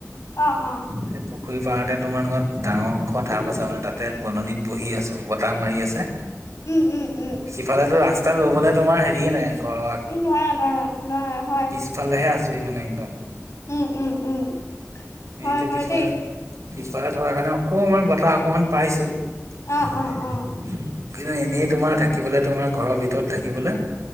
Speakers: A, on the left; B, on the right.
A: অ', অ'।
B: সেই পুখুৰী পাৰতে তোমাৰ লগত ডাঙৰ ওখ ঢাপ আছে মানে তাতে বননিত বহি আছো বতাহ মাৰি আছে।
A: উম উম উম
B: সিফালেতো ৰাস্তাত ৰবলে তোমাৰ হেৰিয়ে নাই ঘৰৰ
A: এই নোৱাৰা নোৱাৰা নোৱাৰা হয়।
B: ইফালে হে আছোহি মানে একদম।
A: উম, উম, উম। হয়
B: এই <unintelligible>
A: হয়
B: পিছফালে
A: দেই
B: পিছফালে থকাৰ কাৰণে অকমান বতাহ অকমান পাইছো। কিন্তু
A: অ অ অ
B: এনেই তোমাৰ থাকিবলে তোমাৰ ঘৰৰ ভিতৰত থাকিবলৈ